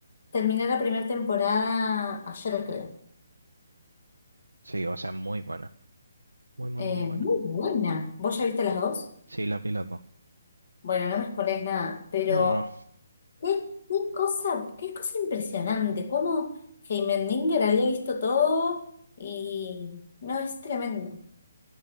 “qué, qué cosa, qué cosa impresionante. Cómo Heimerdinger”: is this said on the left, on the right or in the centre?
Left